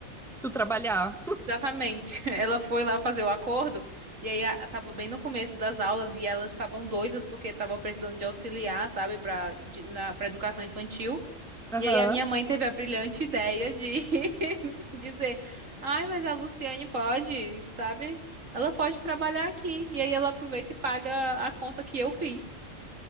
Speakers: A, in the centre; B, on the right (about 80°).
A: Tu trabalhar.
B: Exatamente. <laughs> Ela foi lá fazer o acordo e aí a- tava bem no começo das aulas e elas estavam doidas porque estavam precisando de auxiliar, sabe, para na para educação infantil.
A: Aham.
B: E aí a minha mãe teve a brilhante ideia de <laughs> dizer: "Ai, mas a Luciane pode, sabe? Ela pode trabalhar aqui". E aí ela aproveita e paga a conta que eu fiz.